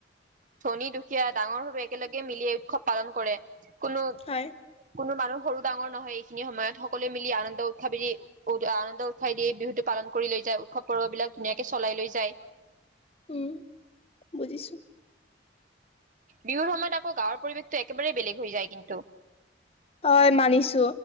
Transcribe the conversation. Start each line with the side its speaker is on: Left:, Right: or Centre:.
Right: ধনী দুখীয়া ডাঙৰ সৰু একেলগে মিলি উৎসৱ পালন কৰে। কোনো
Left: হয়।
Right: কোনো মানুহ সৰু ডাঙৰ নহয় এইখিনি সময়ত সকলোৱে মিলি আনন্দ তথাপি আনন্দ উ উাই দিয়ে বিহু টো পালন কৰি লৈ যায় উৎসৱ পৰ্ব বিলাক ধুনীয়াকে চলাই লৈ যায়
Left: উম বুজিছো
Right: বিহুৰ সময়ত আকৌ গাঁৱৰ পৰিৱেশতো একেবাৰেই বেলেগ হৈ যায় কিন্তু
Left: হয় মানিছো।